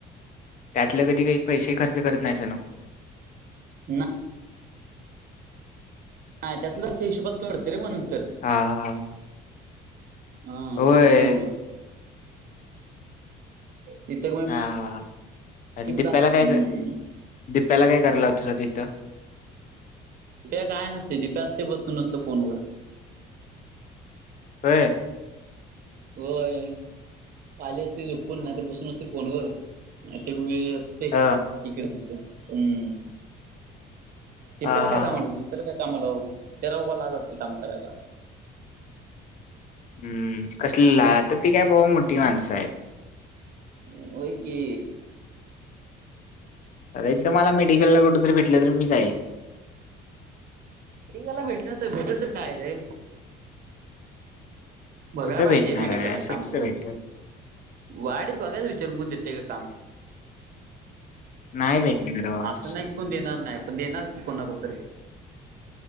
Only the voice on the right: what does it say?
नाही ह त्यातला हिशोबात कळतं रे मग नंतर
हा
त्याच्यामुळं तिथे मग
हम्म
प्या काय नसते दिप्या असते बसून नसत फोनवर
होय काली असते झोपपून नाहीतर बसून असते फोनवर ते वेळ ते इकडे
तिकडे हम्म ते
पला काय कामाल
होत ला काय कामाला तेरा बाबाला आज वाटते काम करायला
हो क
भेटिकाला भेटणार तर भेटेल तर कायलय बघाय
पाहिजे
मेडिकलला
काम
कुठरी
वाढत बघायच विचारून करून देते का काम
असं
नाही की कोण देणार नाही पण देणार की कोणा कोणतरी